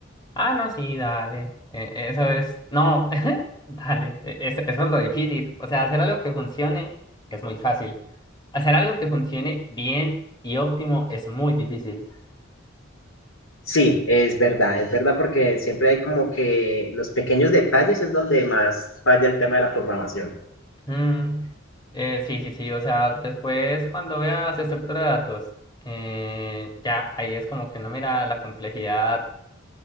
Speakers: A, on the left; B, on the left.
A: Ah, no, sí, dale. Eh, eso es, no, <laughs> dale, e- es- eso es lo difícil. O sea, hacer algo que funcione es muy fácil. Hacer algo que funcione bien y óptimo es muy difícil.
B: Sí, es verdad, es verdad porque siempre hay como que los pequeños detalles es donde más falla el tema de la programación.
A: Mm, eh, sí, sí, sí, o sea, después cuando veas estructura de datos, eh, ya ahí es como que no mira la complejidad